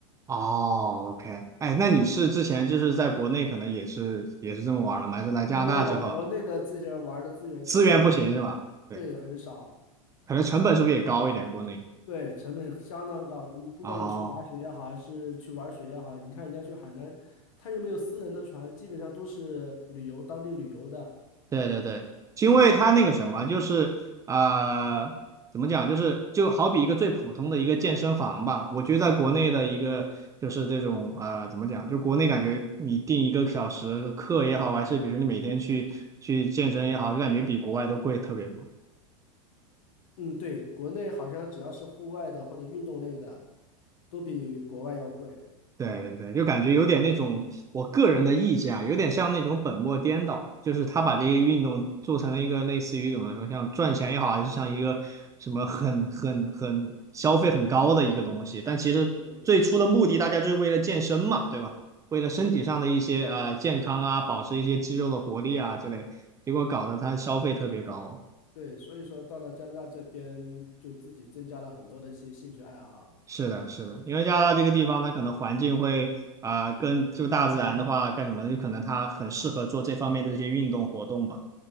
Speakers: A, on the right; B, on the left.
A: 哦，OK，哎，那你是之前就是在国内可能也是也是这么玩的吗？还是来加拿大之后
B: 没有，国内的这些玩儿的资源真的
A: 资源不行是吧？对，
B: 对很少，
A: 可能成本是不是也高一点？国内
B: 对成本相当高。你不管你是滑雪也好，
A: 哦。
B: 还是去玩水也好，你看人家去海南，他又没有私人的船，基本上都是旅游当地旅游的
A: 对对对，因为它那个什么，
B: 啊。
A: 就是啊、呃怎么讲，就是就好比一个最普通的一个健身房吧。我觉得在国内的一个就是这种啊、
B: 对。
A: 呃怎么讲，就国内感觉你定一个小时课也好，还是比如说你每天去去健身也好，就感觉比国外都贵特别多。
B: 嗯，对，国内好像只要是户外的或者运动类的，都比国外要贵。
A: 对对对，就感觉有点那种，我个人的意见啊，有点像那种本末颠倒，就是他把这些运动做成了一个类似于怎么说，像赚钱也好，还是像一个什么很很很消费很高的一个东西，但其实最初的目的大家就是为了健身嘛，
B: 对对对，
A: 对吧？为了身体上的一些呃健康啊，
B: 对对对
A: 保持一些肌肉的活力啊之类，结果搞得他消费特别高。
B: 对，所以说到了加拿大这边，就自己增加了很多的一些兴趣爱好。
A: 是的，是的，因为加拿大这个地方，它可能环境会啊、跟就大自然的话干什么呢？就可能它很适合做这方面的一些运动活动吧。